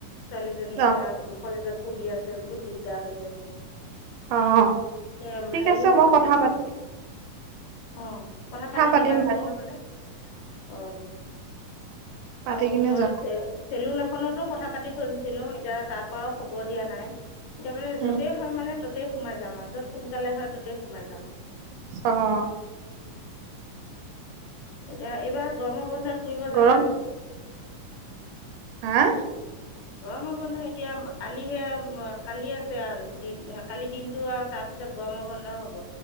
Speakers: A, on the left; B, on the right.
A: ছোৱালীজনী
B: অ',
A: এতিয়া কলেজত পঢ়ি আছে বহুত দিগদাৰ হৈছে মোৰ
B: অ',
A: এ
B: ঠিক
A: হেৰি
B: আছে
A: কম
B: মই কথা পাতি
A: অ কথা পাতি
B: পাতিম
A: দিবাচোন
B: বাৰু
A: নহ'লে অ
B: পাতি
A: আৰু
B: কিনে
A: মই
B: জনাম।
A: চে চেলুন এখনতো কথা পাতি থৈ দিছিলো এতিয়া তাৰ পৰাও খবৰ দিয়া নাই এতিয়া মানে
B: উম
A: য'তেই হয় মানে ত'তেই সোমাই যাম যত সোনকালে হয় ততেই সোমাই যাম।
B: অঁ
A: এতিয়া এইবাৰ গৰমৰ বন্ধত ফুৰিব
B: গৰম
A: যাবা নেকি
B: হা
A: গৰমৰ বন্ধ এতিয়া কালিহে কালি আছে আৰু দিন কালি দিনটো আৰু তাৰপিছত গৰমৰ বন্ধ হ'ব,